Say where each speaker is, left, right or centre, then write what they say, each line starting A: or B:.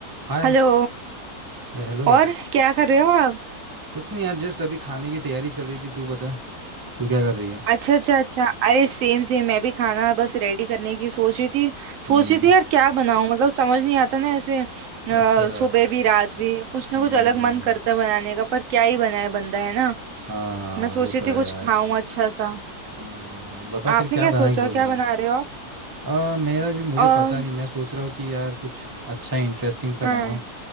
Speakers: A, on the right; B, on the right.
A: हाय
B: Hello
A: अरे हेलो यार
B: और
A: क-
B: क्या कर रहे हो आप
A: कुछ नहीं यार जस्ट अभी खाने की तैयारी चल रही थी तू बता तू क्या कर रही है
B: अच्छा अच्छा अच्छा अरे सेम सेम मैं भी खाना बस रेडी करने की सोच रही थी सोच
A: हम्म
B: रही थी यार क्या बनाऊं मतलब समझ नहीं आता ना ऐसे अ,
A: अच्छा
B: सुबह भी रात भी कुछ ना
A: हम्म
B: कुछ अलग मन करता है बनाने का पर क्या ही बनाए बंदा है ना
A: हाँ
B: मैं सोच
A: वो तो
B: रही
A: है
B: थी कुछ
A: यार
B: खाऊं अच्छा सा
A: हम्म बता
B: आपने
A: फिर क्या
B: क्या
A: बनाने
B: सोचा
A: की सोच रहा
B: क्या बना
A: है
B: रहे हो
A: आ, मेरा भी मुझे
B: आप
A: पता
B: अ,
A: नहीं मैं सोच रहा हूँ कि यार कुछ अच्छा इंटरेस्टिंग सा
B: हाँ
A: बनाओ